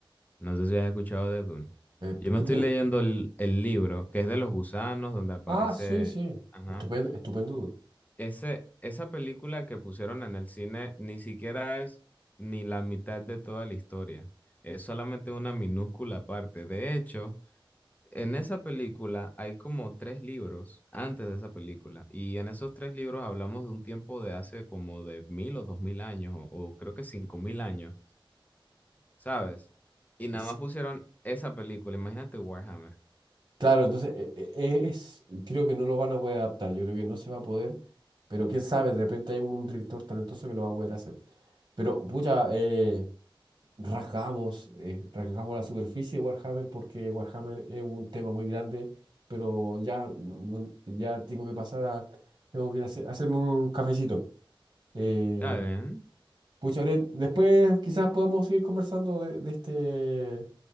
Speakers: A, on the left; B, on the right.
A: No sé si has escuchado de Dune.
B: eh,
A: Yo
B: ¿dónde-
A: me estoy leyendo el, el libro, que es de los gusanos, donde aparece...
B: Ah, sí, sí.
A: Ajá.
B: Estupendo, estupendo.
A: Ese, esa película que pusieron en el cine ni siquiera es ni la mitad de toda la historia. Es solamente una minúscula parte. De hecho, en esa película hay como tres libros antes de esa película. Y en esos tres libros hablamos de un tiempo de hace como de mil o dos mil años, o, o creo que cinco mil años. ¿sabes? Y
B: Eh,
A: nada
B: sí,
A: más pusieron esa película. Imagínate Warhammer.
B: Claro, entonces eh, eh, es, creo que no lo van a poder adaptar, yo creo que no se va a poder, pero quién sabe, de repente hay un, un director talentoso que lo va a poder hacer. Pero, pucha, eh, rasgamos, eh, rasgamos la superficie de Warhammer porque Warhammer es un tema muy grande, pero ya, no- no- ya tengo que pasar a, tengo que ir a hacer- hacerme un cafecito. Eh,
A: Está bien,
B: pucha, Oren, después quizás podamos seguir conversando de, de este, de